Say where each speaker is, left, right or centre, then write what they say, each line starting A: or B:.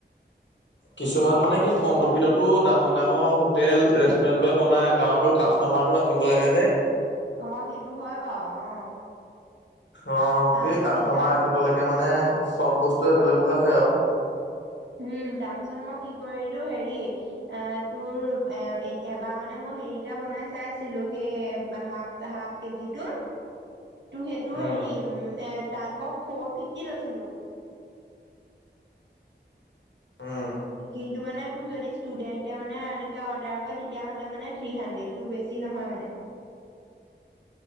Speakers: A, on the left (about 80°); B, on the right (about 70°).
A: কিছুমান মানে কি কম
B: কওক
A: প্ৰফিটতো ডাঙৰ ডাঙৰ হোটেল ৰেষ্টুৰেন্ট বোৰে বনাই কাৰণ তোৰ কাষ্টটমাৰটো ৰাখিব লাগে যে
B: অ সেইটো হয় বাও অ
A: অ
B: তাৰপিছত
A: সেই কাষ্টটমাৰ ৰাখিবলৈকে মানে চব বস্তু এভেইলেবল ৰাখে আৰু
B: উম তাৰ পিছত মই কি কৰিলো হেৰি আ, তোৰ এ, এবাৰ মানে মই হেৰিটা বনাই চাইছিলো, সেই হাফ হাফ কেজিটোৰ টো সেইটো
A: উম
B: হেৰি এ, তাৰ মই ফৰ ফিফটি লৈছিলো।
A: উম।
B: কিন্তু মানে তোৰ যদি ষ্টুডেণ্টে মানে এনেকে অৰ্ডাৰ কৰে তেতিয়হ'লে মানে থ্ৰী হানড্ৰেড, তোৰ বেছি নহয় মানে।